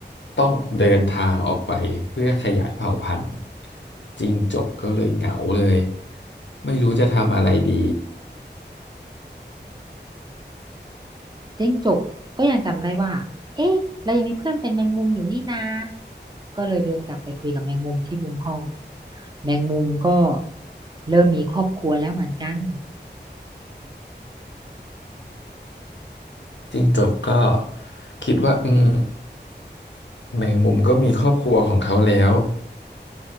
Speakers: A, on the left (about 85°); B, on the right (about 25°).
A: ต้องเดินทางออกไปเพื่อขยายเผ่าพันธุ์จิ้งจกก็เลยเหงาเลยไม่รู้จะทำอะไรดี
B: เจ๊งจกก็ยังจำได้ว่า เอ๊ะ เรายังมีเพื่อนเป็นแมงมุมอยู่นี่นาก็เลยเดินกลับไปคุยกับแมงมุมที่มุมห้อง แมงมุมก็เริ่มมีครอบครัวแล้วเหมือนกัน
A: <coughs> จิ้งจกก็คิดว่าอืมแมงมุมก็มีครอบครัวของเขาแล้ว